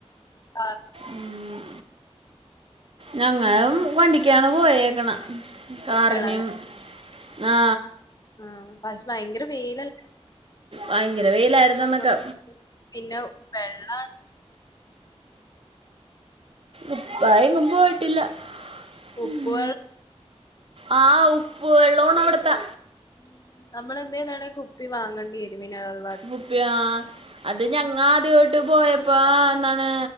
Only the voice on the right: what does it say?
ഉം ഞങ്ങളും വണ്ടിക്കാണ് പോയേക്കണെ കാർനും
ആ
ഭയങ്കര വെയിലായിരുന്നു അന്നൊക്കെ
ഉപ്പായി കുമ്പ് <unintelligible>
ആ ഉ ഉപ്പ് വെള്ളോണവ്ട്ത്തെ
കുപ്പ്യ അത് ഞങ്ങ ആദ്യമായിട്ട് പോയപ്പോ എന്താണ്